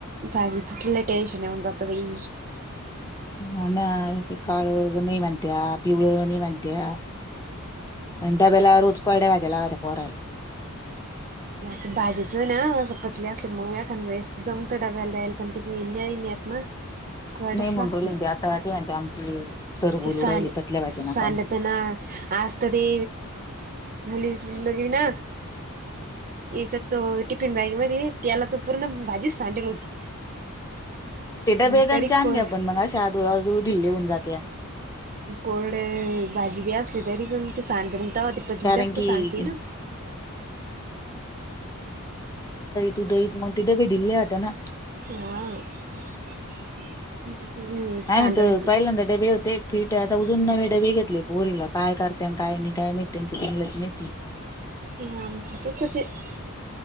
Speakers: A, on the right; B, on the left.
A: बाजीच लई टेशनऊ जात बाई
B: हा ना काळ नाही मानत्या पिवळ नाही मानत्या अन् डब्याला रोज कोरड्या भाज्या लागण्या पोहरायला
A: ते भाजीचं ना असेल मग एखळेस जमत डबायला जाईल पण ते नाहीत मग कटच
B: नाही म्हणून
A: लागते
B: राहिले ते आता ते म्हणते आमची सर बोलू
A: ते सांड
B: राहिली पतल्या भाज्या नका
A: सांडत
B: म्हणून
A: ना आजत ते मुली ब लग ना याच्यात त टिफिन बॅग म त्याला तर पूर्ण भाजीच सांडेेल होती
B: ते डब्बे
A: म्हण तरी
B: आम
A: कोड
B: घ्या पण मग अशा धुळाधूळ ढिल्ली होऊन जाते
A: कोरड भाजी बी असली तरी पण ते सांड अ पतली
B: कारण
A: जास्त
B: की
A: सांगते ना
B: तु द इत मग तिथे भेडिले होता ना
A: हा सांडून
B: नाही नाही तर पहिल्यांदा डबे होते फिट आता अजून नवे डबे घेतले पोरीला काय करते आणि काय निघ काय मा त्यांच त्यांलाच माती
A: ह आमच तसचं आहे.